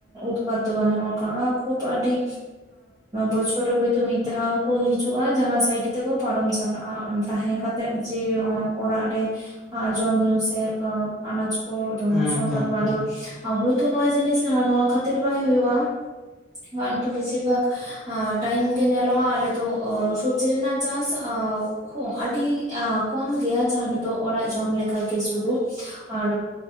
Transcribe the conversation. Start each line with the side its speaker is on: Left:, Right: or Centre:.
Right: ᱛᱚᱯᱷᱟᱛ ᱫᱚ ᱵᱟᱹᱱᱩᱜ ᱠᱟᱜᱼᱟ ᱠᱷᱩᱵ ᱟᱹᱰᱤ ᱵᱚᱪᱷᱚᱨ ᱨᱮ ᱦᱳᱭᱛᱚ ᱢᱤᱫ ᱫᱷᱟᱣ ᱠᱚ ᱦᱤᱡᱩᱜᱼᱟ ᱡᱟᱦᱟᱸ ᱥᱟᱭᱤᱰ ᱜᱮ ᱛᱮᱠᱚ ᱯᱟᱨᱚᱢ ᱪᱟᱞᱟᱜᱼᱟ ᱾ ᱛᱟᱦᱮᱸ ᱠᱟᱛᱮᱫ ᱡᱮ ᱚᱲᱟᱜ ᱨᱮ ᱡᱚᱢ ᱧᱩ ᱥᱮ ᱟᱱᱟᱡ ᱠᱚ <unintelligible> <unintelligible> ᱟᱵᱚ
Centre: ᱦᱮᱸ ᱛᱚ ᱦᱮᱸ
Right: ᱫᱚ ᱱᱚᱣᱟ ᱡᱤᱱᱤᱥ ᱦᱟᱸ ᱱᱚᱣᱟ ᱠᱷᱟᱹᱛᱤᱨ ᱵᱟᱭ ᱦᱩᱭᱩᱜᱼᱟ ᱠᱚᱱ ᱛᱚ ᱵᱮᱥᱤᱨ ᱵᱷᱟᱜ ᱟᱨ ᱴᱟᱭᱤᱢ ᱜᱮ ᱧᱮᱞᱚᱜᱼᱟ ᱟᱞᱮᱫ ᱫᱚ ᱥᱚᱵᱡᱤ ᱨᱮᱱᱟᱜ ᱪᱟᱥ ᱟᱣ ᱟᱹᱰᱤ ᱠᱚᱢ ᱜᱮᱭᱟ ᱡᱟᱦᱟᱸ ᱨᱮᱫᱚ ᱚᱲᱟᱜ ᱡᱚᱢ ᱞᱮᱠᱟᱜᱮ ᱥᱩᱫᱩ ᱟᱨ